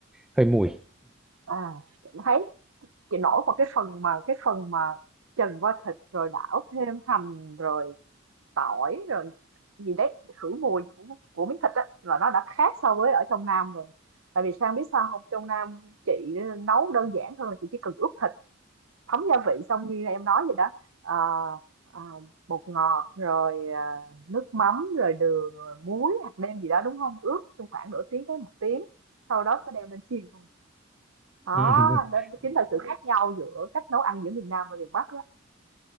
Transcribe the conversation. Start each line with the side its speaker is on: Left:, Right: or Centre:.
Centre: hơi mùi
Right: à, thấy chị nổi vào cái phần mà cái phần mà trần qua thịt rồi đảo thêm hành rồi tỏi rồi gì đấy khử mùi của, của miếng thịt á là nó đã khác so với ở trong Nam rồi. Tại vì Sang biết sao không? Trong Nam chị nấu đơn giản hơn là chị chỉ cần ướp thịt Thấm gia vị xong như em nói vậy đó, ờ, ờ, bột ngọt rồi, ờ, nước mắm, rồi đường, rồi muối, hạt nêm gì đó, đúng không Ướp trong khoảng nửa tiếng tới một tiếng, sau đó sẽ đem lên chiên thôi. Đó,
Centre: <laughs>
Right: đó chính là sự khác nhau giữa cách nấu ăn giữa miền Nam và miền Bắc đó.